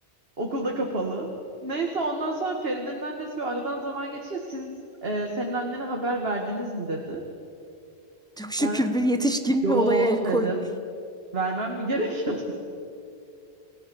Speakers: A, on the right; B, in the centre.
A: Okul da kapalı. Neyse ondan sonra Feride'nin annesi bir aradan zaman geçince Siz e, senin annene haber verdiniz mi dedi.
B: Çok şükür
A: Ben
B: bir yetişkin
A: yo
B: olaya el koymuş.
A: dedim. Vermem mi <laughs> gerekiyordu